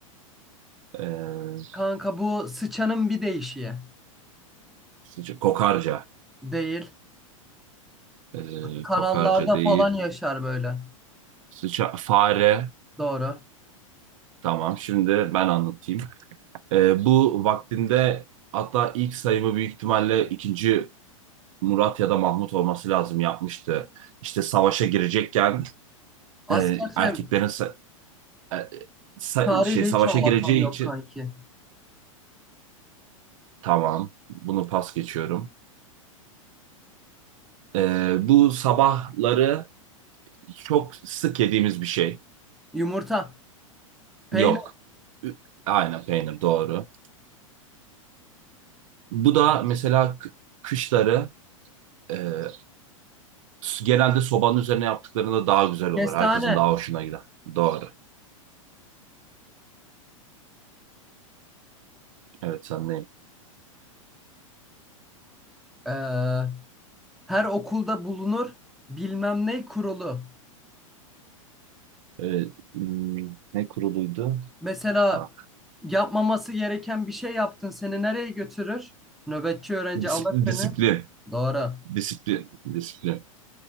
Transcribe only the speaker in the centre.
Kanka bu sıçanın bir değişiği.
Değil.
Kanallarda
falan yaşar böyle.
Doğru.
Asker
şey,
tarihle
hiç alakam
yok
kanki.
Yumurta, peynir,
kestane.
Eee, her okulda bulunur bilmem ne kurulu.
Mesela
yapmaması gereken bir şey yaptın. Seni nereye götürür? Nöbetçi öğrenci
alır
seni. Doğru.